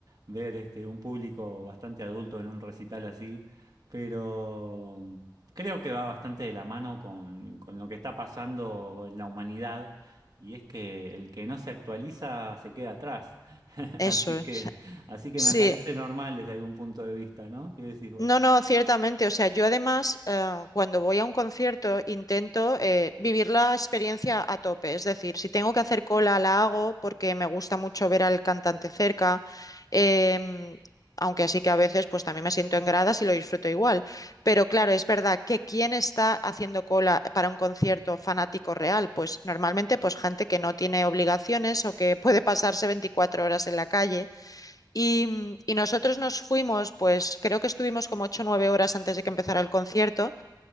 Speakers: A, on the right (about 55°); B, on the left (about 50°).
A: ver este, un público bastante adulto en un recital así, pero mm, creo que va bastante de la mano con, con lo que está pasando en la humanidad, y es que el que no se actualiza se queda atrás. <laughs>
B: Eso
A: Así
B: es.
A: que... Así que
B: Sí,
A: me parece normal desde algún punto de vista, ¿no? ¿Qué decís vos?
B: No, no, ciertamente. O sea, yo además, eh, cuando voy a un concierto, intento eh, vivir la experiencia a tope. Es decir, si tengo que hacer cola, la hago porque me gusta mucho ver al cantante cerca. em, aunque así que a veces, pues también me siento en gradas y lo disfruto igual. Pero claro, es verdad que quién está haciendo cola para un concierto fanático real, pues normalmente, pues gente que no tiene obligaciones o que puede pasarse 24 horas en la calle. Y, mm, y nosotros nos fuimos, pues creo que estuvimos como ocho o 9 horas antes de que empezara el concierto